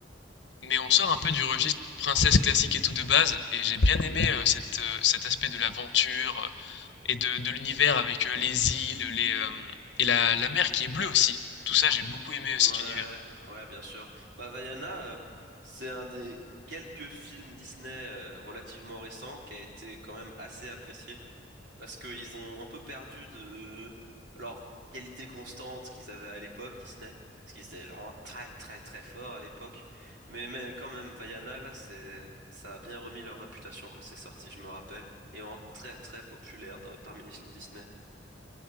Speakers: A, on the left; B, on the right.
A: mais on sort un peu du registre princesse classique et tout de base, et j'ai bien aimé euh, cette, euh, cet aspect de l'aventure euh, et de, de l'univers avec euh, les îles, les, euh, et la, la mer qui est bleue aussi. Tout ça, j'ai beaucoup aimé euh, cet
B: Ouais,
A: univers.
B: ouais, bien sûr. Bah, Vaiana, euh, c'est un des quelques films Disney euh, relativement récents qui a été quand même assez apprécié. parce qu'ils ont un peu perdu de leur qualité constante qu'ils avaient à l'époque, Disney, parce qu'ils étaient vraiment très très très forts à l'époque. Mais, mais quand même, Vaiana, là, c'est, ça a bien remis leur réputation quand c'est sorti, je me rappelle, et vraiment très très populaire dans- parmi les films Disney,